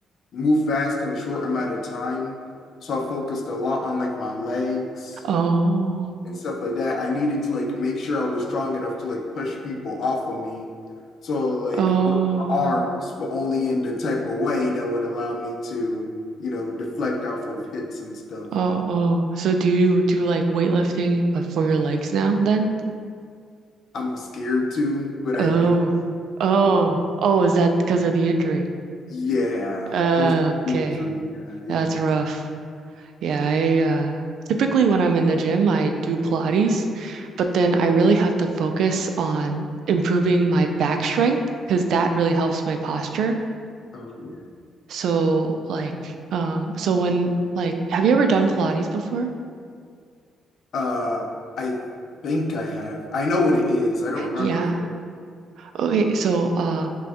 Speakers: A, on the left; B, on the right.
A: move fast in a short amount of time. So I focused a lot on like my legs
B: Oh,
A: and stuff like that. I needed to like make sure I was strong enough to like push people off of me. So like
B: oh,
A: work my arms, but only in the type of way that would allow me to, you know, deflect off of hits and stuff.
B: oh, oh. So do you do like weightlifting but for your legs now then?
A: I'm scared to, but I
B: Oh,
A: do.
B: oh,
A: it.
B: oh, is that because of the injury?
A: Yeah,
B: Uh,
A: it was like
B: okay,
A: the injury. Yeah, yeah.
B: that's rough. Yeah, I uh, typically when I'm in the gym, I do Pilates, but then
A: yeah.
B: I really have to focus on improving my back strength because that really helps my posture.
A: Oh yeah.
B: So, like, um, so when like, have you ever done Pilates before?
A: Uh, I think I have. I know what it is. I don't remember
B: Yeah.
A: if I.
B: Okay, so uh,